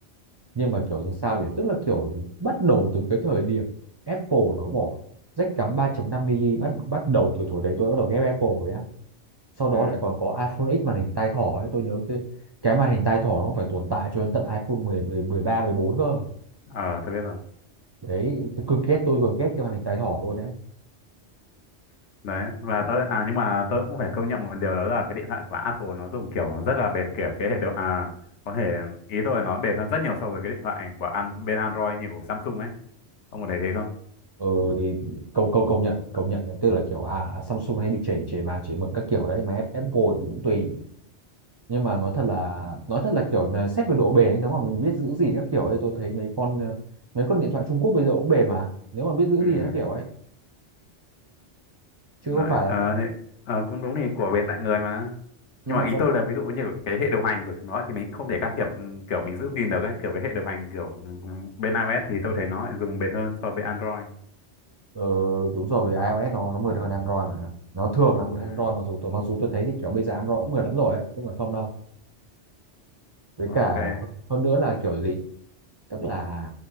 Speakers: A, on the right; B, on the left.
A: nhưng mà kiểu làm sao nhỉ tức là kiểu bắt đầu từ cái thời điểm Apple nó bỏ jack cắm 3.5 mm bắt bắt đầu từ thời đấy tôi bắt đầu ghét Apple rồi á sau
B: Ừ.
A: đó lại còn có iPhone X màn hình tai thỏ ấy tôi nhớ cái cái màn hình tai thỏ nó phải tồn tại cho đến tận iPhone mười mười mười ba mười bốn cơ
B: Ờ, tôi biết rồi.
A: đấy tôi cực ghét tôi cực ghét cái màn hình tai thỏ luôn đấy
B: đấy và tớ à nhưng mà tớ cũng phải công nhận một điều đó là cái điện thoại của Apple nó dùng kiểu rất là bền kiểu cái hệ điều à có thể ý tôi là nó bền hơn rất nhiều so với cái điện thoại của an, bên Android như của Samsung ấy ông có thấy thế không
A: ừ thì câu câu công nhận công nhận đấy tức là kiểu à à, Samsung hay bị chảy chảy màn chảy mực các kiểu đấy mà Apple thì cũng tùy nhưng mà nói thật là nói thật là kiểu là xét về độ bền ấy, nếu mà mình biết giữ gìn các kiểu thì tôi thấy mấy con ờ, mấy con điện thoại Trung Quốc bây giờ cũng bền mà nếu mà biết giữ
B: ừ
A: gìn các kiểu ấy chứ
B: đấy
A: không phải
B: ờ,
A: là
B: thì, ờ, cũng đúng thì của bên tại người mà
A: nhưng
B: nhưng mà
A: mà
B: ý
A: con
B: tôi là ví dụ như cái hệ điều hành của chúng nó thì mình cũng không thể can thiệp ừ, kiểu mình giữ gìn được ấy kiểu cái hệ điều hành kiểu ừ, bên iOS thì tôi thấy nó lại dùng bền hơn so với Android
A: ờ, đúng rồi bởi vì iOS nó nó mượt hơn Android mà nó thường là một
B: ừ
A: Android mặc dù tôi mặc dù tôi thấy thì kiểu bây giờ Android cũng mượt lắm rồi ấy chứ không phải không đâu với
B: ok
A: cả hơn nữa là kiểu gì tức là